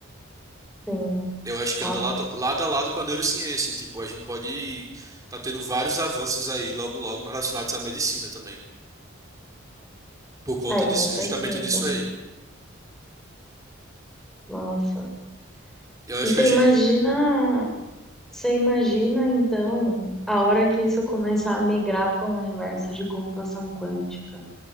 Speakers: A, in the centre; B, on the right.
A: Sim.
B: Eu acho que
A: Nossa.
B: anda lado, lado a lado com a neurociência. Tipo, a gente pode tá tendo vários avanços aí logo logo relacionados à medicina também. Por conta
A: É, com
B: disso,
A: certeza.
B: justamente disso aí.
A: Nossa.
B: Eu acho
A: E você
B: que a gente.
A: imagina Você imagina então a hora que isso começar a migrar para um universo de computação quântica?